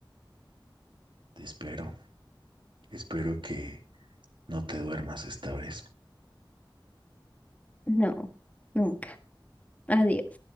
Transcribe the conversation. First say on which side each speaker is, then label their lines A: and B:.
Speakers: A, on the right (about 65°); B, on the left (about 15°).
A: te espero. Espero que no te duermas esta vez.
B: No, nunca. Adiós.